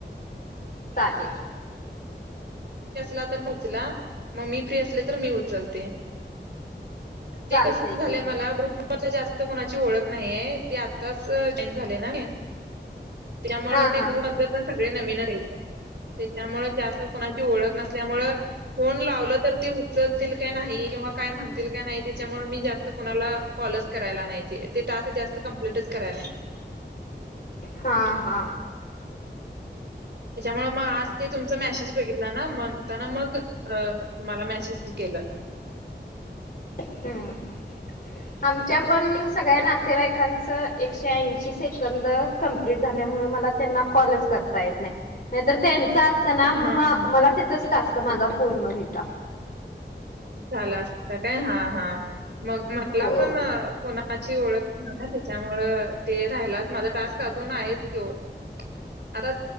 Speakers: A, on the left; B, on the right.
A: चालेल.
B: फ्री असला तर मग उचला, मग मी फ्री असले तर मी उचलते.
A: चालतय
B: ते कस झालंय
A: की
B: मला ग्रुप मध्ये जास्त कोणाची ओळख नाही आहे. ते आत्ताच जॉईन झाले ना मी. त्यामुळे
A: हा
B: ते
A: हा
B: ग्रुपमधले पण सगळे नवीनच. हाईत त्याच्यामुळ जास्त कोणाची ओळख नसल्यामुळ फोन लावल तर ते उचलतील काय नाही, किंवा काय म्हणतील काय नाही, त्याच्यामुळे मी जास्त कुणाला कॉलच करायला नाही, ते टास्क जास्त कम्प्लीट करायला नाही.
A: हा हा.
B: त्याच्यामुळे, मग आज ते तुमचा मॅसेज बघितला ना, म्हणताना मग अ तुम्हाला मॅसेज केलं.
A: हम्म हम्म, आमच्या पण सगळ्या नातेवाईकांचं एकशे ऐंशी सेकंद कंप्लीट झाल्यामुळे, मला त्यांना कॉलच करता येत नाही. नाहीतर तेन चा असत ना
B: हां,
A: म्
B: हां.
A: मला तिथच. टास्क माझा पूर्ण व्हईता.
B: झाला असता काय? हा हा. मग मला
A: होय
B: पण, कोणा कोणाची ओळख नाही ना, त्यांच्यामुळ ते राहिलाच माझा टास्क अजून हायेच तो, आता